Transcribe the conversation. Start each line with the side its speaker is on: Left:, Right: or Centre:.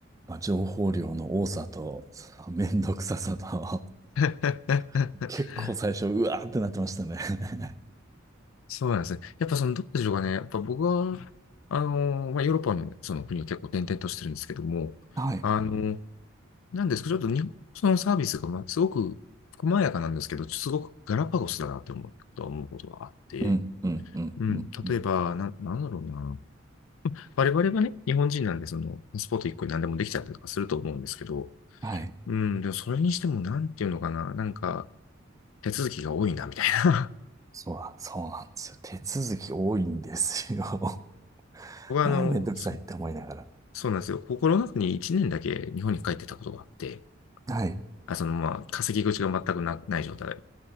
Right: まあ、情報量の多さと、そのめんどくささと、
Left: <laughs>
Right: <laughs> 結構最初、うわーってなってましたね。<laughs>
Left: そうなんですね。やっぱその、どうでしょうかね。やっぱ僕は、あのーまあ、ヨーロッパのその国を結構転々としてるんですけども、
Right: はい。
Left: あのーなんですけど、ちょっと日本そのサービスが、まあ、すごく細やかなんですけど、すごくガラパゴスだなって思うことは思うことがあって、
Right: うん、うん、うん、
Left: うん、
Right: うん。うん
Left: 例えば、な、なんだろうな。我々はね、日本人なんで、その、パスポート1個に何でもできちゃったりとかすると思うんですけど、
Right: はい。
Left: うん、でもそれにしても、なんていうのかな、なんか、手続きが多いな、みたいな。
Right: そうだ、そうなんですよ。手続き多いんですよ。
Left: <laughs>
Right: <laughs>
Left: 僕は、
Right: ああ、
Left: あの、
Right: めんどくさいって思いながら。
Left: そそうなんですよ。コロナ禍に1年だけ日本に帰ってたことがあって、
Right: はい。
Left: あそのまあ、稼ぎ口が全くな、ない状態